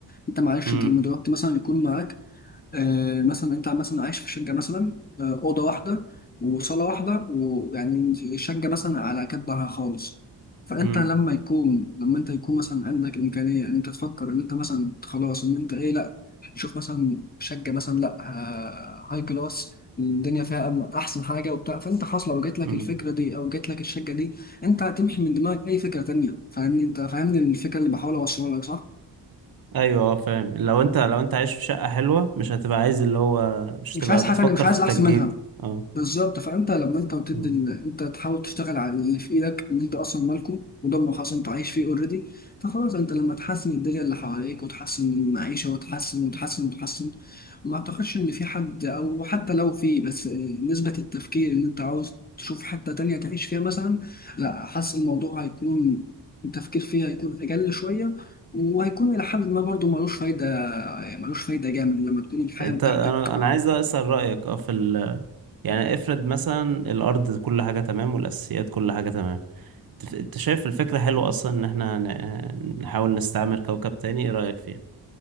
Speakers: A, on the left; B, on the right.
A: انت معلش
B: مم،
A: انت لما دلوقتي مثلا يكون معاك آه مثلا انت مثلا عايش في شقه مثلا آه اوضه واحده وصاله واحده ويعني شقه مثلا على كبها خالص فانت
B: مم،
A: لما يكون لما انت يكون مثلا عندك امكانيه ان انت تفكر ان انت مثلا خلاص ان انت ايه لا تشوف مثلا شقه مثلا لا آه هاي كلاس الدنيا فيها أم- احسن حاجه وبتاع فانت خلاص لو جات لك
B: مم.
A: الفكره دي او جات لك الشقه دي انت هتمحي من دماغك اي فكره تانية فاهمني انت فاهمني الفكره اللي بحاول اوصلها لك صح؟
B: ايوه اه فاهم لو انت لو انت عايش في شقة حلوة مش هتبقى عايز اللي هو مش
A: مش
B: هتبقى
A: عايز
B: بتفكر
A: حاجه تانية مش
B: في
A: عايز
B: التجديد
A: الاحسن منها
B: اه
A: بالظبط فانت لما انت وتدي
B: مم.
A: ال- انت تحاول تشتغل على اللي في ايدك اللي انت اصلا مالكه وده ما خلاص انت عايش فيه اوريدي فخلاص انت لما تحسن الدنيا اللي حواليك وتحسن المعيشه وتحسن وتحسن وتحسن ما اعتقدش ان في حد او حتى لو في بس آه، نسبه التفكير ان انت عاوز تشوف حته تانية تعيش فيها مثلا لا حاسس الموضوع هيكون التفكير فيها هيكون اقل شويه وهيكون إلى حد ما برضه ملوش فايدة ملوش فايدة جامد لما تكون الحياة
B: انت
A: بتاعتك
B: انا انا عايز اسأل رأيك اه في ال يعني افرض مثلا الارض كل حاجة تمام والاساسيات كل حاجة تمام تف- انت شايف الفكرة حلوة اصلا ان احنا ن- نحاول نستعمر كوكب تاني ايه رأيك فيها